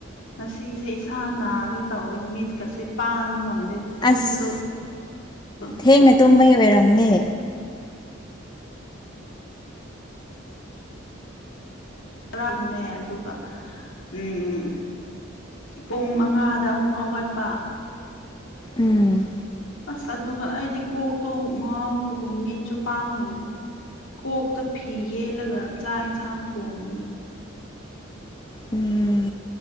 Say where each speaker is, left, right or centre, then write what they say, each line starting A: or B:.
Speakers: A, on the left; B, on the left.
A: ꯉꯁꯤꯁꯦ ꯏꯁꯥ ꯅꯥꯒꯦ ꯇꯧꯋꯦ ꯃꯤꯠꯀꯁꯦ ꯄꯥꯡꯕ ꯉꯝꯗꯦ ꯇꯨꯝꯕꯗꯣ
B: ꯑꯁ
A: ꯈꯔ
B: ꯊꯦꯡꯅ ꯇꯨꯝꯕꯒꯤ ꯑꯣꯏꯔꯝꯅꯤ
A: ꯔꯝꯃꯦ ꯑꯗꯨꯒ ꯎꯝ ꯄꯨꯡ ꯃꯉꯥꯗ ꯑꯃꯨꯛ ꯍꯧꯒꯠꯄ
B: ꯎꯝ
A: ꯑꯁ ꯑꯗꯨꯒ ꯑꯩꯗꯤ ꯀꯣꯛꯇꯣ ꯉꯥꯎꯕꯒꯨꯝ ꯃꯤꯠꯁꯨ ꯄꯥꯡꯕ ꯉꯝꯗꯦ ꯀꯣꯛꯇ ꯐꯤ ꯌꯦꯠꯂꯒ ꯆꯥꯛ ꯌꯦꯟꯁꯥꯡ ꯊꯣꯡꯕꯅꯦ꯫
B: ꯎꯝ